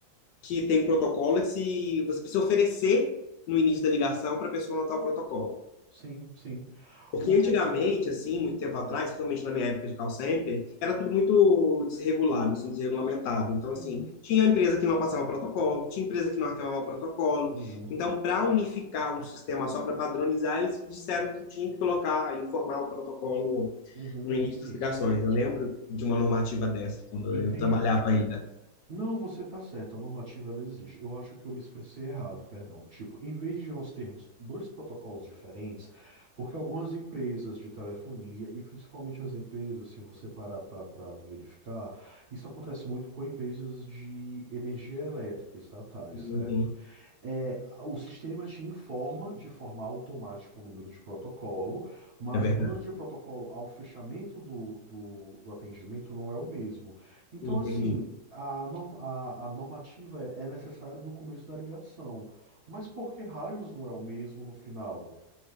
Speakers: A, on the left (about 75°); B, on the right (about 40°).
A: que tem um protocolo e que se, você precisa oferecer no início da ligação para a pessoa anotar o protocolo.
B: Sim, sim.
A: Porque
B: O que
A: antigamente,
B: é.
A: assim, muito tempo atrás, principalmente na minha época de call center, era tudo muito desregulado, assim, desregulamentado. Então, assim,
B: Uhum.
A: tinha empresa que não passava protocolo, tinha empresa que não arquivava protocolo.
B: Uhum.
A: Então, para unificar um sistema só para padronizar, eles disseram que tinha que colocar, informar o protocolo
B: Uhum.
A: no início
B: No início,
A: das ligações.
B: né?
A: Eu lembro de uma normativa dessa, quando
B: Entendido.
A: eu trabalhava ainda.
B: Não, você está certo, a normativa ela existe. Eu acho que eu me expressei errado, perdão. Tipo, em vez de nós termos dois protocolos diferentes, porque algumas empresas de telefonia, e principalmente as empresas, se você parar para verificar, isso acontece muito com empresas de energia elétrica estatais,
A: Uhum,
B: certo? É, o sistema te informa de forma automática o número de protocolo, mas
A: é verdade.
B: o número de protocolo ao fechamento do, do, do atendimento não é o mesmo. Então,
A: Entendi.
B: assim, a, norm- a, a normativa é é necessária no começo da ligação, mas por que raios não é o mesmo no final?